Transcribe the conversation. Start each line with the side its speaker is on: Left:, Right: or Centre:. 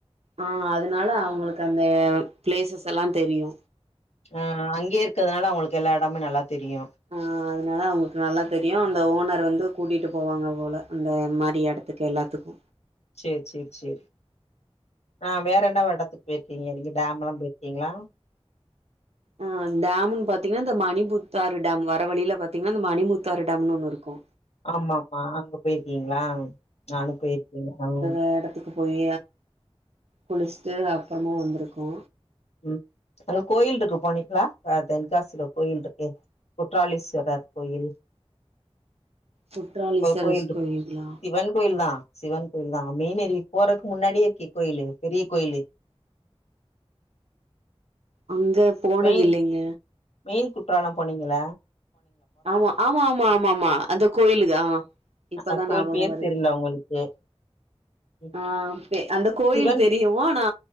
Right: ஆஹ் அதனால அவங்களுக்கு அந்த பிளேசஸ் எல்லா தெரியு
Left: ஆஹ் அங்கே இருக்கிறதுனால அவங்களுக்கு எல்லா எடமு நல்லா தெரியு
Right: ஆ அதனால அவங்களுக்கு நல்லா தெரியு அந்த ஓனர் வந்து கூட்டிட்டு போவாங்க போல அந்த மாரி எடத்துக்கு எல்லாத்துக்கு
Left: சேர் சேர் சேரி ஆ வேற என்ன ஒரு இடத்துக்கு போயிருக்கீங்க நீங்க டேம்ல்லா போயிருக்கீங்ளா
Right: அ டேம்ன்னு பாத்தீங்ன்னா இந்த மணிபுத்தாறு டேம் னு வர வழியில பாத்தீங்ன்னா இந்த மணிமுத்தாறு டேம்னு ஒண்ணு இருக்கு
Left: ஆமா ஆமா அங்க போயிருக்கீங்ளா நானு போயிருக்கே அஹ்
Right: ந்த இடத்துக்கு போய் குளிச்சுட்டு அப்றமா வந்திருக்கோ
Left: உம் அங்க கோயில் இருக்கு போனீங்களா தென்காசியில கோயில் இருக்கே குற்றாளீஸ்வரர் கோயில்
Right: குற்றாலீஸ்வரர்
Left: கோயில் இருக்
Right: கோயிலுங்களா
Left: சிவன் கோயில் தான் சிவன் கோயில் தான் மெயனரு விக்கு போறக்கு முன்னாடியே இருக்கு கோயில் பெரிய கோயில்
Right: அங்க போனது
Left: மெயின்
Right: இல்லைங்க
Left: மெயின் குற்றாலம் போனீங்கள
Right: ஆமா ஆமா ஆமா ஆமா ஆமா அந்த கோயிலு தா இப்பதான்
Left: அஹ் கோயில்
Right: ஞாபகம்
Left: பேர்
Right: வருது
Left: தெரியல உங்களுக்கு ம்,
Right: ஆ அந்த கோயில்
Left: சிவன்
Right: தெரியும் ஆனா